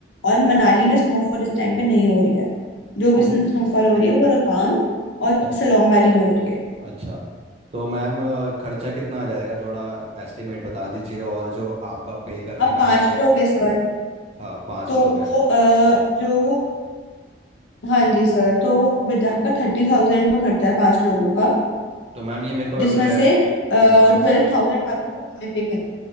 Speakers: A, on the left; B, on the right.
A: और मनाली में स्नोफॉल इस टाइम पे नहीं हो रही है जो भी
B: ओ,
A: स्नोफॉल हो रही है वो रोहतांग और
B: अ-
A: सोलोंग वैली में हो रही है
B: अच्छा तो मैम अ, खर्चा कितना आ जाएगा थोड़ा एस्टिमेट बता दीजिए और जो आपका पे करने
A: आप
B: का
A: पांच
B: है मेरे को
A: लोग हैं सर
B: हाँ पाँच
A: तो
B: लोग हैं
A: अ, जो हाँ जी सर तो विद आपका थर्टी थाउजेंड का खर्चा है पांच लोगों का
B: तो मैम ये मेरे को
A: जिसमें
B: कुछ एडवांस
A: से ट्वेल्व थाउजेंड आपको हमें पे कर